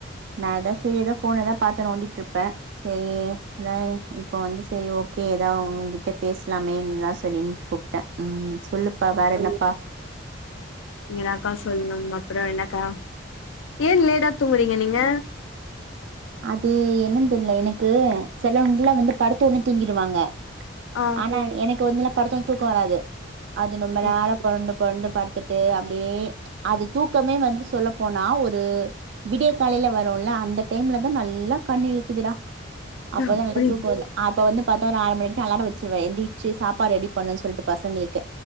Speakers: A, on the right (about 60°); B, on the left (about 80°).
A: நா ஏதா சரி ஏதா ஃபோன தா பாத்து நொடிட்ருப்ப சரி அதா இப்போ வந்து சரி ஓகே ஏதா உங்கிட்ட பேசலாமே தா சரின்ட்டு கூப் ட்ட ம் சொல்லுப்பா வேற என்னப்பா
B: நீங்க தாங்க்கா சொல்ணு அப்றோ என்னக்கா ஏன் லேட்டா தூங்குறீங்க நீங்க
A: அது என்னன் தெர்ல எனக்கு செலங்குல வந்து படுத்த ஒடனே தூங்கிடுவாங்க
B: ஆ
A: ஆனா எனக்கு வந்துலா படத்தோன் தூக்க வராது அது நொம்ப நேர
B: ஓகே
A: பொரண்டு பொரண்டு படுத்துட்டு அப்டியே அது தூக்கமே வந்து சொல்ல போனா ஒரு விடிய காலைல வருல்ல அந்த டைம்ல தா நல்லா கண்ணு இழுக்குதுடா அப்பதா
B: அப்படி
A: வேற தூக்க வர்ல அப்ப வந்து பாத்தா ஒரு ஆறு மணிட்ட அலார வச்சிருவ எந்திச்சு சாப்பாட் ரெடி பண்ணு சொல்ட்டு பசங்களுக்கு